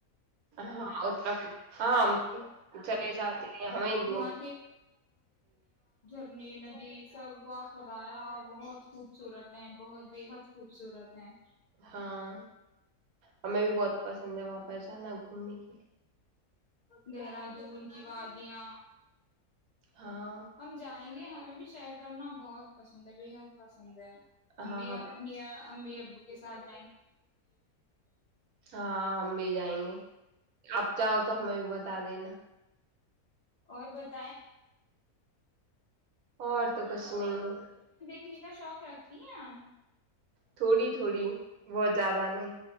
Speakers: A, on the right; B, on the left.
A: ہاں اتر ہاں ہم بھی چلے جاتے ہیں ہمیں ہندوؤں
B: وہاں جنی ندی سب وا خدایا <unintelligible> بہت خوبصورت ہیں بہت بےحد خ خوبصورت ہیں
A: ہاں ہمیں بھی بہت پسند ہے وہاں پر جانا گھومنے کے لیے
B: دہرادون کی و آدیاں
A: ہاں
B: ہم جائیں گے ہمیں بھی شہر کرنا بہت پسند ہے بح <unintelligible> پسند ہے ہمب
A: ہاں ہم
B: اپنییا امی اب بک سات <unintelligible>
A: ہاں ہم بھی جائیں گے آپ چاہ تو ہمیں بھی بتا دینا
B: اور بت <unintelligible>
A: اور تو کچھ نہیں ہے
B: دیککھنے کا شوق رکھتی ہیں آپ <unintelligible>
A: تھوڑی تھوڑی بہت زیادہ نہیں